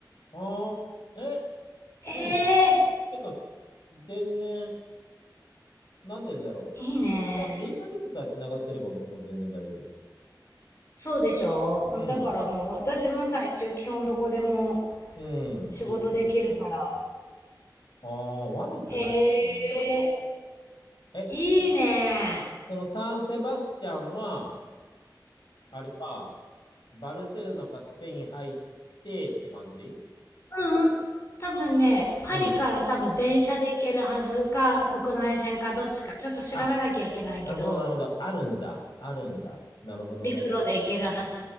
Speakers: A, on the left (about 70°); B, on the left (about 40°).
A: ああ、え、
B: ええ
A: うん。てか、全然、なんて言うんだろう。
B: いいね。
A: インタ、インターネットさえ繋がってれば僕も全然大丈夫。
B: そうでしょううんだからもう、
A: うん。
B: 私もさ、一応基本どこでも
A: うん。
B: 仕事できるから。
A: できるもんね。ああ、悪くないね。
B: ええ
A: え、
B: いいね。
A: そのサンセバスチャンは、あれか、バルセロナかスペイン入ってって感じ
B: うんうん。多分ね、パリから多分電車で行けるはずか、
A: うん。
B: 国内線かどっちか、ちょっと調べなきゃいけないけど、
A: あ、なるほど、なるほど。あるんだ。あるんだ。なるほどね。
B: 陸路で行けるはず。